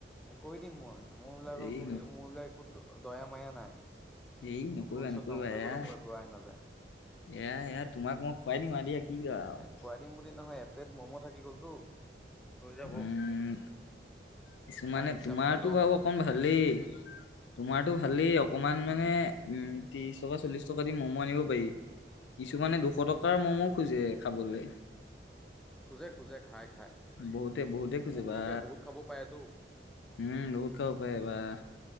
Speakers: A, in the centre; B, on the left.
A: এ কৈ দিম মই মোৰ বিলাকক,
B: এই ন
A: মোৰ বিলাক দয়া ময়া নাই,
B: এই নকৰিবা
A: তোৰ ভৱিষ্যত
B: নকৰিবা
A: ধ্বংস হৈ
B: এয়া
A: গলেও মোৰ একো আহে নাযায়
B: এয়া এয়া তোমাক মই খুৱাই দিম আৰু দিয়া কি আৰু
A: এ খুৱাই দিম বুলি নহয় একপ্লেট ম'ম' থাকি গ'লতো। হৈ যাব
B: উম কিছুমানে
A: তাৰ হিচাপ
B: তোমাৰতো
A: মই লম
B: বাৰু অকণ ভালেই তোমাৰতো ভালেই অকণমান মানে
A: উম
B: উম, ত্ৰিশ টকা, চল্লিশ টকা দি ম'ম আনিব পাৰি কিছুমানে
A: উম
B: দুশ টকাৰ ম'ম খোজে খাবলৈ
A: খোজে - খোজে, খাই - খাই
B: বহুতে বহুতে খোজে
A: বহুুলোকে
B: বা
A: বহুত খাব পাৰেটো।
B: উম, বহুত খাব পাৰে বাহ,